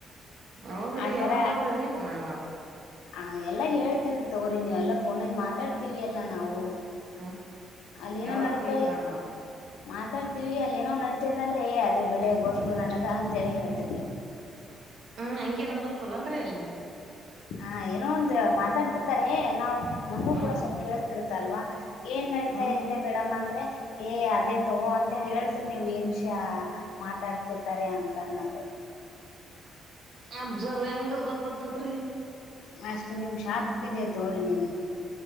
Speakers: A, on the right; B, on the left.
A: ಹೌದ್ರಿ
B: ಆತರ
A: ಯಾವಾಗ ನೋಡ್ರಿ ಮೇಡಮರ್
B: ಆ ಎಲ್ಲಾ ಹೇಳ್ತಿದಿ ತೋರ ನೀ ಎಲ್ಲ ಫೋನಲ್ಲಿ ಮಾತ್ರ ಮಾತಾಡ್ತೀವಿ ಎಲ್ಲಾ ನಾವು
A: ಹ್ಮ್
B: ಅಲ್ಲಿ ಏನಂಗ
A: ಯಾವಾಗ್ರೀ
B: ನಡೀತಾಯ
A: ಮೇಡಮರ್
B: ಮಾತಾಡ್ತಿವಿ ಅಲ್ಲಿ ನೋ ನಡತೇದಂದ್ರೆ ಏ ಅದೇ ಬಿಡ ಗೊತ್ತು ನನಗ ಅಂತೇಳಿ ಹೇಳ್ತೇರಿ ನೀವು
A: ಹ್ಮ್ ಹಂಗೆ ನಡ್ದರ್ತದನ್ರಿ ಅಲ್ಲಿ
B: ಹ ಏನೋ ಒಂದು ಮಾತಾಡ್ತಿರ್ತಾರೆ ನಾವ್ ನಮಗೂ
A: ಹ್ಮ್
B: ಕೂಡ ಸ್ವಲ್ಪ ಕೇಳ್ ಇತ್ತಲ್ವಾ ಏನ್ ನಡತಾ
A: ಹ್ಮ್
B: ಇೆ
A: ಹ್ಮ್
B: ಮೇಡಮ್ ಅಂದ್ರೆ ಏ ಅದೇ ತಗೋ ಅಂತ ಹೇಳ ನೀವ್ ಏನ್ಷಾ ಮಾತಾಡ್ತಿರ್ತಾರೆ ಅಂತ ಅನ್ನೋದು
A: ಅಬ್ಸರ್ವ ಅಂಗಲ್ ಗೊತ್ತತ್ತದ್ರಿ.
B: ಅಷ್ಟು ನಿಮ್ ಶಾಪ್ ಇದೆ ತೋರಿ ನಿಮ್